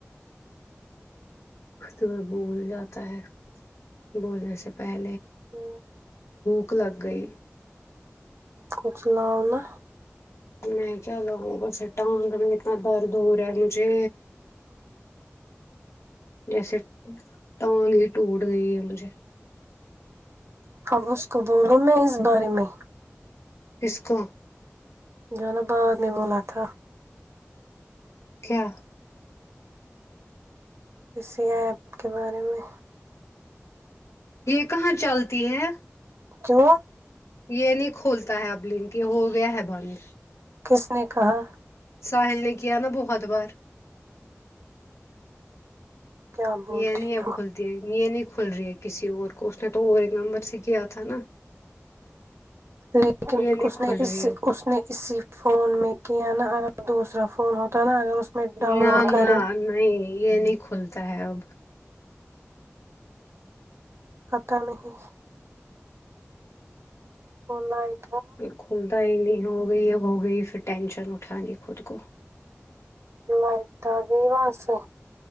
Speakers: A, on the left; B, on the right.
A: تیں بول جاتا ہے بولنے سے پہلے
B: تو
A: حک لگ گئی
B: ک چلاؤنا
A: میں کیا لگوں بسے ٹانگ میں اتنا در دور ہے مجھے ویسے ٹانگ ہی ٹوٹ گئی ان م سے
B: اب اس کو بول رہا میں اس بارے میں
A: اسسکو
B: جوانب باواد نے بولا تھا
A: کیا
B: اسی ایپ کے بارے میں
A: یہ کہاں چلتی ہے
B: جو
A: یہ نہیں کھولتا ہے اب لنک یہ ہو گیا ہے بند
B: کس نے کہا
A: ساحل نے کیا نا بہت بار
B: کیا بولتی
A: یہ نہیں اب کھلتی ہے یہ نہیں کھل رہی ہے کسی اور کو اس نے تو اور ایک نمبر سے کیا تھا نا
B: لیکن
A: یہ نہیں
B: اس نے
A: کھل
B: اسی
A: رہی اب
B: اس نے اسی فون میں کہ نا ا دوسرا فون ہوتا ہے نا اگر میں ڈاؤن
A: نہ
B: لوڈ کریں
A: نہ نہیں یہ نہیں کھلتی صاحب
B: پتاہ نہیں فلہ آ
A: یہ کھلتا ہی نہیں ہو گئی ہے ہو گئی پھر ٹینشن اٹھانی خود کو
B: لائٹ گی باسے